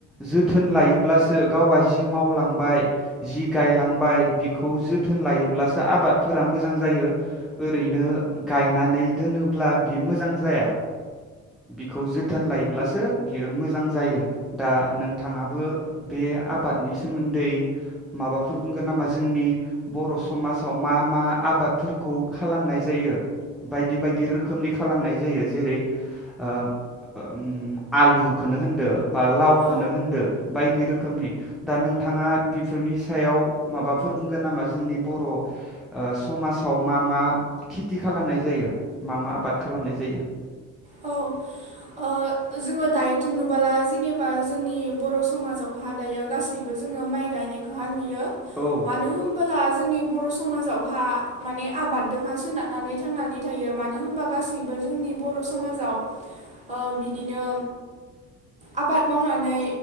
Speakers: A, in the centre; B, on the right.
A: जोथोन लायोब्लासो गावआ जि मावलांबाय जि गायलांबाय बिखौ जोथोन लायोब्लासो आबादफोरा मोजां जायो। ओरैनो गायनानै दोनोब्ला बि मोजां जाया। बिखौ जोथोन लायोब्लासो बियो मोजां जायो। दा नोंथाङाबो बे आबादनि सोमोन्दै माबाफोर बुंगोन नामा? जोंनि बर' समाजाव मा मा आबादफोरखौ खालामनाय जायो। बायदि बायदि रोखोमनि खालामनाय जायो। जेरै ओ ओम आलुखो नो होनदो बा लावखौनो
B: औ
A: होनदो बायदि रोखोम रोखोमनि दा नोंथाङा बेफोरनि सायाव माबाफोर बुंगोन नामा? जोंनि बर' ओ समाजाव मा मा खिथि खालामनाय जायो मा मा आबाद खालामनाय जायो?
B: औ ओ जोङो दायोथ' नबोला जेनेबा जोंनि बर' समाजावहा दायो गासैबो जोङो माइ गायनायखौ हा नुयो। नुयो
A: औ
B: मानो होमबोला जोंनि बर' समाजावहा माने आबाद दोंहा सोनारनानै थांनानै थायो मानो होनबा गासैबो जोंनि बर' स समाजाव ओ बिदिनो आबाद मावनानै